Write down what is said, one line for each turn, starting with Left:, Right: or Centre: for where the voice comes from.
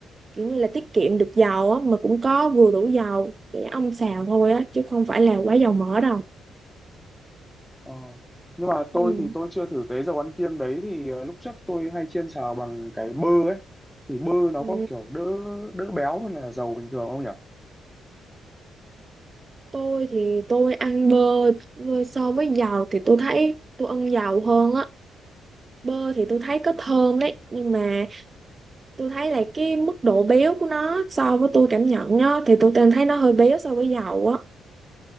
Right: kiểu như là tiết kiệm được dầu á mà cũng có vừa đủ dầu để ông xào thôi á chứ không phải là quá dầu mỡ đâu
Centre: Ờ. Nhưng mà
Right: ừ.
Centre: tôi thì tôi chưa thử cái dầu ăn kiêng đấy thì ờ, lúc trước tôi hay chiên xào bằng cái bơ ấy thì bơ nó
Right: Ừ.
Centre: có kiểu đỡ đỡ béo hơn là dầu bình thường không nhỉ?
Right: tôi thì tôi ăn bơ, bơ so với dầu thì tôi thấy tôi ăn dầu hơn á bơ thì tôi thấy có thơm đấy nhưng mà tôi thấy là cái mức độ béo của nó so với tôi cảm nhận á thì tôi cảm thấy nó hơi béo so với dầu á